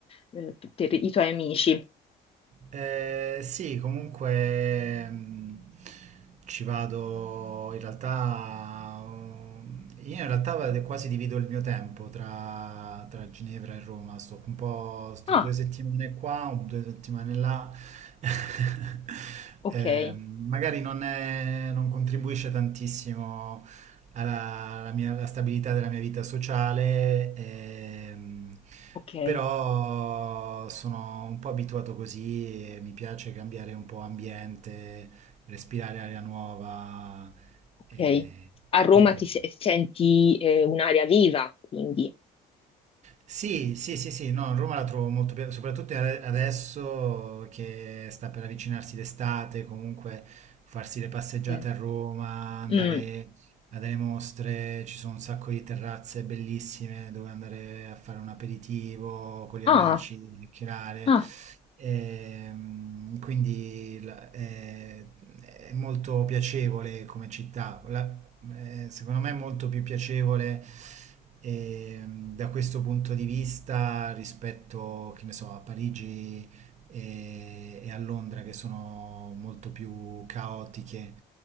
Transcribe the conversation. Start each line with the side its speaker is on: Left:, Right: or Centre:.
Left: eh, per i tuoi amici.
Right: Eh, sì, comunque mm, ci vado in realtà. um, Io in realtà vado- quasi divido il mio tempo tra, tra Ginevra e Roma. Sto un po', sto
Left: Ah,
Right: due settimane qua, un- due settimane là. <laughs>
Left: ok,
Right: Eh, magari non è- non contribuisce tantissimo alla, alla mia- alla stabilità della mia vita sociale, ehm,
Left: ok,
Right: però sono un po' abituato così e mi piace cambiare un po' ambiente, respirare aria nuova,
Left: ok.
Right: e
Left: A Roma
Right: quindi lo...
Left: ti se- senti eh, un'aria viva, quindi.
Right: Sì, sì, sì, sì, no, Roma la trovo molto piena, soprattutto ade- adesso che sta per avvicinarsi d'estate, comunque farsi le passeggiate
Left: ok.
Right: a Roma, andare
Left: Mm.
Right: a delle mostre, ci sono un sacco di terrazze bellissime dove andare a fare un aperitivo con gli
Left: Ah.
Right: amici, chiacchierare.
Left: Ah.
Right: Ehm, quindi la- è, è molto piacevole come città. La- eh, secondo me è molto più piacevole ehm, da questo punto di vista rispetto, che ne so, a Parigi e, e a Londra che sono molto più caotiche